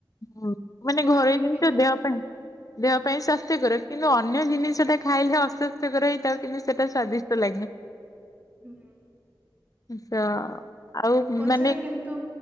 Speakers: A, on the left; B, on the right.
A: ହୁଁ ମାନେ
B: କଣ
A: ଘରେ
B: ପାଇଁ
A: ଜିନିଷ
B: କେଜାଣି?
A: ଦେହ ପାଇଁ ଦେହ ପାଇଁ ସ୍ଵାସ୍ଥ୍ୟକର କିନ୍ତୁ ଅନ୍ୟ ଜିନିଷଟା ଖାଇଲେ ଅସ୍ୱାସ୍ଥ୍ୟକର ହେଇଥାଉ କିନ୍ତୁ ସେଟା ସ୍ଵାଦିଷ୍ଟ ସ୍ୱାଦିଷ୍ଟ ଲାଗେ।
B: ହୁଁ
A: <unintelligible>
B: ପଛରେ
A: ମାନେ
B: କିନ୍ତୁ।